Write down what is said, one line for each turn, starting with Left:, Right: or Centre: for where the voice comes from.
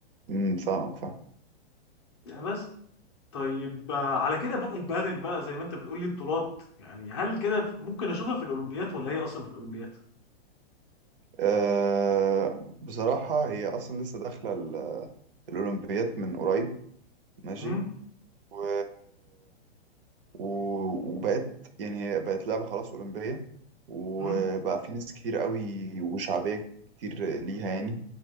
Right: امم فاهمك فاهم
Left: يعني بس طيب آه، على كده بقى البادل بقى زي ما انت بتقول لي بطولات يعني هل كده ممكن اشوفها في الاولمبياد ولا هي اصلا في الاولمبياد
Right: أه بصراحة هي أصلا لسه داخلة ال- الأولمبيات من قريب ماشي
Left: امم
Right: و... و... وبقت يعني بقت لعبة خلاص أولمبية وبقى
Left: امم
Right: في ناس كتير قوي وشعبية كتير ليها يعني